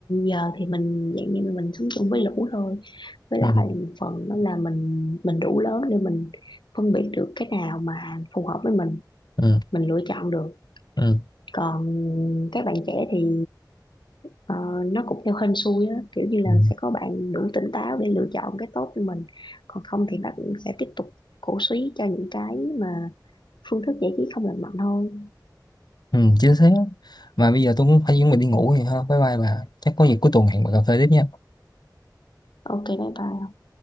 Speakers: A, on the left; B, on the left.
A: giờ thì mình dạng như là mình sống chung với lũ thôi với
B: ừ
A: lại một phần đó là mình mình đủ lớn để mình phân biệt được cái nào mà phù hợp với mình
B: ừ
A: mình lựa chọn được
B: ừ
A: còn các bạn trẻ thì ờ, nó cũng theo hên xui á kiểu như là
B: ừ,
A: sẽ có bạn đủ tỉnh táo để lựa chọn cái tốt cho mình còn không thì bạn sẽ tiếp tục cổ suý cho những cái mà phương thức giải trí không lành mạnh thôi
B: ừ chính xác mà bây giờ tôi cũng phải chuẩn bị đi ngủ rồi ha bye bye bà chắc có gì cuối tuần hẹn bà cà phê tiếp nha
A: ok bye bye